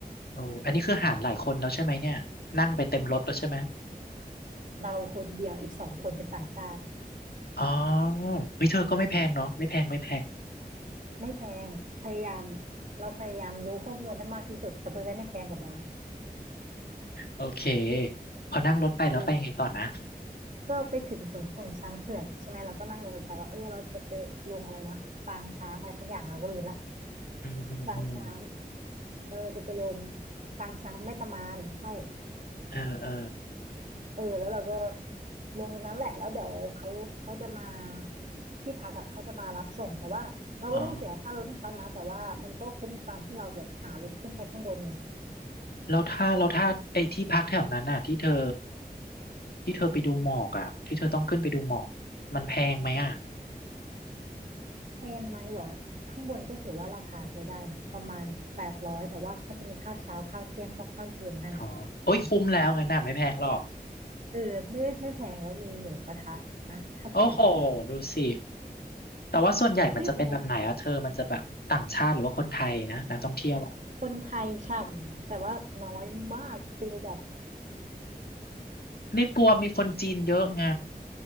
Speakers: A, on the left (about 75°); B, on the right (about 50°).
A: โอ้อันนี้คือหารหลายคนแล้วใช่ไหมเนี่ยนั่งไปเต็มรถแล้วใช่ไหม
B: เราคนเดียวอีกสองคนเป็นต่างชาติ
A: อ๋อเฮ้ยเธอก็ไม่แพงเนาะไม่แพงไม่แพง
B: ไม่แพงพยายามเราพยายามรู้ข้อมูลให้มากที่สุดก็จะได้ไม่แพงกับเรา
A: โอเคพอนั่งรถไปแล้วไปยังไงต่อนะ
B: เออ ก็ไปถึงขนส่งช้างเผือกใช่ไหมเราก็นั่งรถไปว่าเออเราจะไปลงอะไรนะปางช้างอะไรสักอย่างเราก็ลืมละ
A: อืมอืมอืม
B: ปางช้างเออจะไปลงปางช้างแม่ตะมานใช่
A: เออเออ
B: เออแล้วเราก็ลงตรงนั้นแหละแล้วเดี๋ยวเขาเขาจะมาที่พักอะเขาจะมารับส่งแต่ว่าเราก็ต้องเสียค่ารถให้เขานะแต่ว่ามันก็คุ้มกับการที่เราแบบหารถขึ้นไปข้างบนไง
A: อ๋อแล้วถ้าแล้วถ้าไอ้ที่พักแถวนั้นน่ะที่เธอที่เธอไปดูหมอกอ่ะที่เธอต้องขึ้นไปดูหมอกมันแพงไหมอ่ะ
B: แพงไหมเหรอข้างบนก็ถือว่าราคาใช้ได้นะประมาณแปดร้อยแต่ว่าเขาจะมีข้าวเช้าข้าวเที่ยงก็ข้าวเย็นให้
A: อ๋อโอ้ยคุ้มแล้วงั้นน่ะไม่แพงหรอก
B: เออไม่ไม่ไม่แพงแล้วมีหมูกระทะนะถ้าเธออยากกินนะ
A: โอ้โหดูสิ แต่ว่าส่วนใหญ่มันจะเป็นแบบไหนอะเธอ
B: ไม่แพง
A: มันจะแบบต่างชาติหรือว่าคนไทยนะนักท่องเที่ยวอะ
B: คนไทยฉ่ำแต่ว่าน้อยมากฟิลแบบ
A: นี่กลัวมีคนจีนเยอะไง